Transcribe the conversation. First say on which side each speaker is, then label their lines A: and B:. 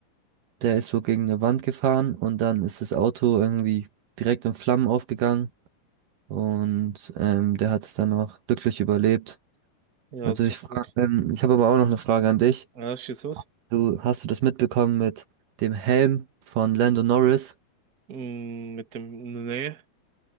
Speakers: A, on the right; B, on the right.
A: Der ist so gegen eine Wand gefahren und dann ist das Auto irgendwie direkt in Flammen aufgegangen. Und ähm, der hat es dann noch glücklich überlebt.
B: Ja,
A: Also
B: zum
A: ich frage,
B: Glück.
A: ähm, ich habe aber auch noch eine Frage an dich.
B: Ja, schieß los.
A: Du hast du das mitbekommen mit dem Helm von Lando Norris?
B: Mm, mit dem, nee,